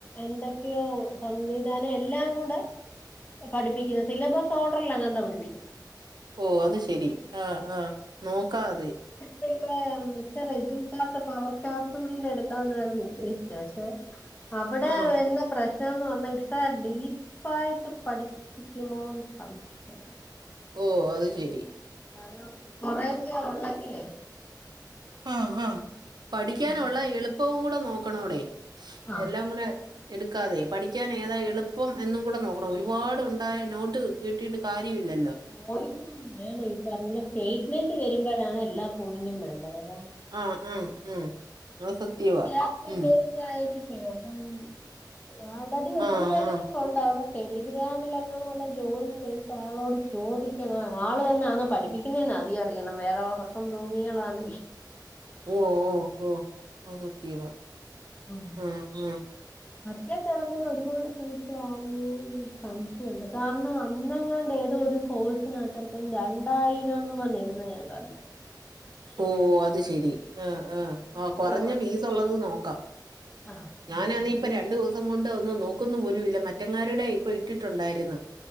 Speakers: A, on the left (about 20°); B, on the right (about 65°).
A: എന്തൊക്കെയോ സംവിധാനം എല്ല എല്ലാം കൂടെ പഠിപ്പിക്കുന്നത് സിലബസ് ഓർഡറല്ലാം അങ്ങനന്താ പഠിപ്പിക്കുന്നത്.
B: ഓ അത് ശെരി ആഹ ആഹ നോക്കാതെ.
A: പിന്നെ മിസ്ർ റിജു കാർട്ട് പവർ ക്ലാസ് എടുക്കാായിരുന്നു ഉദ്ദേശിച്ചു പക്ഷെ. അവിടെ
B: ആ
A: വരുന്ന പ്രശ്ന. ന്ന് പറഞ്ഞാൽ ഇത്ര ഡീപ്പ ആായിട്ട് പഠിപ്പിക്കുമോന്ന് സംശയം
B: ഓ അത് ശെരി
A: കാരണം, കൊറേയൊക്കെ ഒള്ളെങ്കിലേ
B: ആ ആ പഠിക്കാനുള്ള
A: ആഹ്
B: എളുപ്പവും കൂടെ നോക്കണോ- ടെ,
A: ആഹ്
B: എല്ലാം കൂടെ എടുക്കാതെ, പഠിക്കാൻ ഏതാ എളുപ്പം എന്നും കൂടെ നോ ക്കണം. ഒരുപാടുണ്ടായാ നോട്ട് കിട്ടിയിട്ട് കാര്യമില്ലല്ലോ
A: പോയിന്റ <unintelligible> ഈ പറഞ്ഞ സ്റ്റേറ്റ്മെന്റ് വരുമ്പോഴാണ് എല്ലാ പോയിന്റും വേണ്ടത് അതാ
B: ആ ആ ഉം അത്
A: <unintelligible>
B: സത്യവാ ഉം
A: ബേയ്സ് ആയിരിക്കു <unintelligible> ഒത്തിരി
B: ആ
A: പേരെങ്ങും
B: ആ
A: ഒണ്ടാ അവി ടെലിഗ്രാമിലങ്ങനോള്ള ജോയിൻ ചെയ്ത ആളോട് ചോദിക്കണ ആള് തന്നാണോ പഠിപ്പിക്കുന്നെന്ന് അദ്യം അറിയണം. വേറെ ഉറക്കം തൂങ്ങികളാണെങ്കി
B: ഓ ഓ ഓ അത് സത്യവാ
A: ഉം
B: ആ ആ
A: <unintelligible> ഒരുപാട് പൈസ ആവോന്നൊരു സംശയുണ്ട് കാരണം, അന്നെങ്ങാണ്ട് ഏതോ ഒരു കോഴ്സിനാച്ചെറുക്കൻ രണ്ടായിരംന്ന് പറഞ്ഞിടുന്ന ഞാൻ കണ്ടു.
B: ഓ അത് ശരി. ആ ആ അ
A: കണ്ടു
B: കൊറഞ്ഞ ഫീസ് ഉള്ളത് നോക്കാം.
A: ആഹ്
B: ഞാനാന്നെ
A: ഇത്
B: ഇപ്പ രണ്ട് ദിവസം കൊണ്ട് ഒന്ന് നോക്കുന്നു പോലുമില്ല. മറ്റങ്ങാരുടെ ഇപ്പൊ ഇട്ടിട്ടുണ്ടായിരുന്ന്